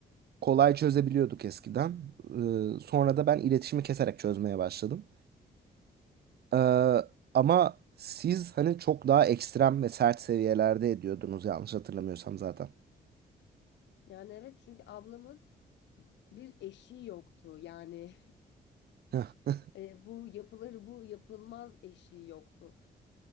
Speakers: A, on the right; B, on the left.
A: kolay çözebiliyorduk eskiden. E, sonra da ben iletişimi keserek çözmeye başladım. Ee, ama siz hani çok daha ekstrem ve sert seviyelerde ediyordunuz yanlış hatırlamıyorsam zaten.
B: yani evet çünkü ablamın bir eşiği yoktu. Yani
A: Heh,
B: <laughs> e, bu yapılır bu yapılmaz eşiği yoktu